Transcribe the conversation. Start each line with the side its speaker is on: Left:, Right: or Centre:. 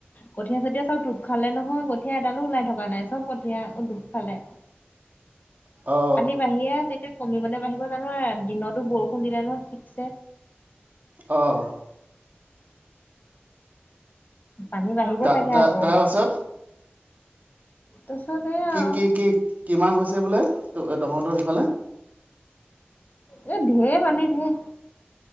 Left: কঠীয়া চতিয়া চব ডুব খালে নহয় কঠীয়া এডালো ওলাই থকা নাই চব কঠীয়া ডুপ খালে।
Right: অ
Left: পানী বাঢ়িয়ে আছে এতিয়া। কমিবনে বাঢ়িব জানো আও? দিনতো বৰষুণ দিলে নহয় ঠিকছে।
Right: অ'।
Left: পানী বাঢ়িব
Right: তা
Left: চাগে
Right: তা
Left: আকৌ
Right: তাৰ পাছত
Left: তাৰপিছত এই
Right: কি
Left: আৰু
Right: কি কি কিমান হৈছে বোলে ত? তহঁতৰ সেইফালে?
Left: এ ধেৰ পানী ধেৰ।